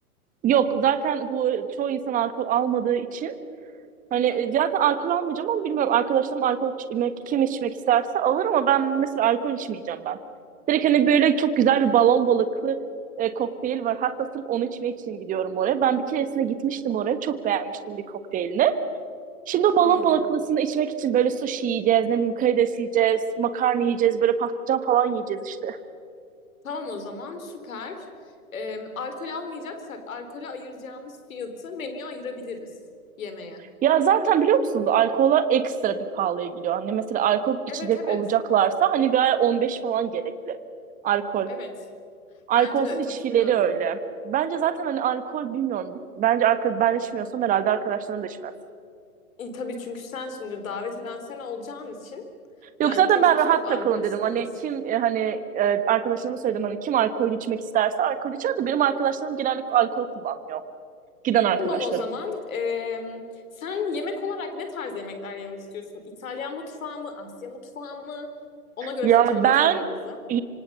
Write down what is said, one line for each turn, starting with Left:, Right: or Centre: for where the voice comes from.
Right: Yok zaten bu çoğu insan alkol almadığı için Hani
Left: Hı hı.
Right: e, zaten alkol almayacağım ama bilmiyorum arkadaşlarım alkol içmek, kim içmek isterse alır ama ben mesela alkol içmeyeceğim ben. Direkt hani böyle çok güzel bir balon balıklı e, kokteyl var. Hatta sırf onu içmek için gidiyorum oraya. Ben bir keresine gitmiştim oraya. Çok beğenmiştim bir kokteylini. Şimdi o balon
Left: Hmm.
Right: balaklısını içmek için böyle sushi yiyeceğiz, ne bileyim karides yiyeceğiz, makarna yiyeceğiz, böyle patlıcan falan yiyeceğiz işte.
Left: Tamam o zaman süper. Ee, alkol almayacaksak alkole ayıracağımız fiyatı menüye ayırabiliriz yemeğe.
Right: Ya zaten biliyor musunuz alkola ekstra bir pahalıya gidiyor. Hani mesela alkol
Left: Evet
Right: içecek
Left: evet.
Right: olacaklarsa hani bir ay 15 falan gerekli alkol.
Left: Evet.
Right: Alkolsüz
Left: Bence de katılıyorum.
Right: içkileri öyle. Bence zaten hani alkol bilmiyorum. Bence alkol ben içmiyorsam herhalde arkadaşlarım da içmez.
Left: E, tabii çünkü sen şimdi davet eden sen olacağın için yani
Right: Yok zaten
Left: kimse
Right: ben
Left: tutup
Right: rahat
Left: alkol
Right: takılın
Left: istemez.
Right: dedim. Hani kim e, hani e, arkadaşlarıma söyledim hani kim alkol içmek isterse alkol içer de benim arkadaşlarım genellikle alkol kullanmıyor. Giden arkadaşlarım.
Left: Tamam o zaman. Ee, sen yemek olarak ne tarz yemekler yemek istiyorsun? İtalyan mutfağı mı? Asya mutfağı mı? Ona göre
Right: Ya
Left: seçelim
Right: ben
Left: restoranımızı.
Right: e,